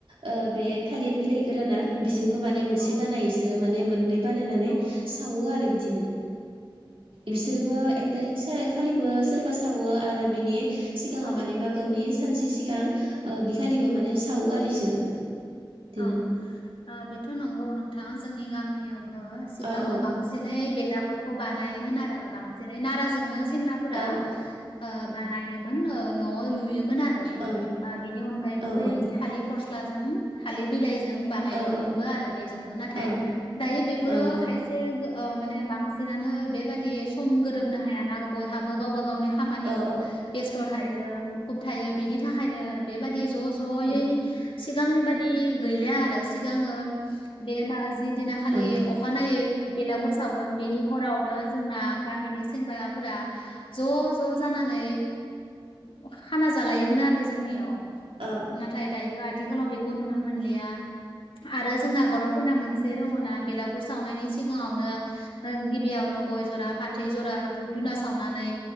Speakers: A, on the right (about 85°); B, on the left (about 80°).
A: ओ बे थालिर बिलाइ गोराना बिजोंबो माने मोनसे
B: औ
A: बानायो इसोरो माने मोननै बानायनानै
B: औ
A: सावो आरो बिदिनो बिसोरबो एक थारिख खालिबो सोरबा सावो आरो बिनि सिगाङाव
B: औ
A: माने मागोनि सानसे सिगां ओ बिखालिबो
B: औ
A: माने सावो आरो बिसोरबो। बिदिनो
B: औ बेथ' नंगौ नोंथां जोंनि गामियावबो सिगाङो
A: औ औ
B: बांसिन बांसिनै बेलागुरखौ बानायोमोन आरो बांसिनै नाराजोंनो सेंग्राफोरा
A: औ
B: ओ बानायोमोन न'लुयोमोन आरो
A: औ
B: बेनि अनगायैबो
A: औ
B: बै थालिर फस्ला जों थालिर बिलाइ जों बानायो
A: औ
B: मोनबो आरो बेजोंबो नाथाय
A: औ
B: दायो बेफोरो
A: औ
B: खायसे माने बांसिन सिनानो बेबाददि सम गोरोबनो हायाना बयहाबो गावबा गावनि खामानियाव
A: औ उम औ
B: बेस्थ' थायो मुखुब थायो बेनि थाखायनो बेबादि ज' ज'यै
A: औ
B: सिगांनि बादि गैलिया आरो सिगाङो बे मा जिदिना खालि
A: औ
B: अखानायै बेलागुर सावगोन बेनि हरावनो जोंना गामिनि सेंग्रा फोरा ज' ज' जानानै ओ खाना जालायोमोन आरो जोंनियाव
A: औ
B: नाथाय दायो आथिखालाव बेखौ नुनो मोनलिया आरो जोंना बर'फोरना मोनसे से दङना बेलागुर सावनायनि सिगाङावनो गिबियावनो गय जरा फाथै जरा धुब धुना सावनानै